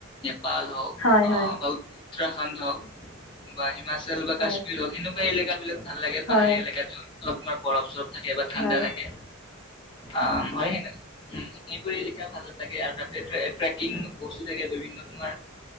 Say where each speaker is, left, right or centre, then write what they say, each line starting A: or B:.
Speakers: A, on the left; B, on the left.
A: পাল হওক
B: হয়
A: অ'
B: হয়
A: ব। উ‌‌ওৰাখণ্ড হক বা। হিমাচ বা
B: হয়
A: কশ্মীৰ হক কিন্তু কিলোবিল ভাল লাগে
B: হয়
A: পানী এলেকেৰ, অলপাৰ প পাছত, থাকে বা ঠাণ্ডা
B: হয়
A: থাকে অ' হয় ন উ মিপুৰী এলেিকা ভাল লাগে আৰু তাতে ট্ৰেকিং বস্তু থাকে বিভিন্ন তোমাৰ